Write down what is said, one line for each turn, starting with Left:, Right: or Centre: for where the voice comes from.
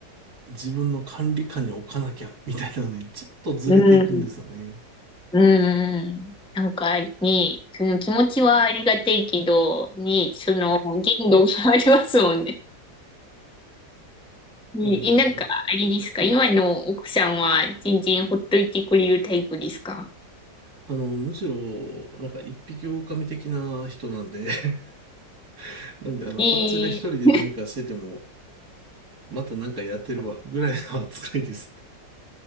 Right: 自分の管理下に置かなきゃ、みたいなのに、ちょっとずれていくんですよね。
Centre: うん。うん。なんかね、その気持ちはありがたいけど、ね、その限度がありますもんね。ね、
Right: でも、
Centre: え、なんか、あれですか今の奥さんは全然ほっといてくれるタイプですか
Right: あの、むしろ、なんか一匹狼的な人なんで、<laughs> なんで、あの、
Centre: えー
Right: こっちが一人で何かしてても、またなんかやってるわ、ぐらいの扱いです。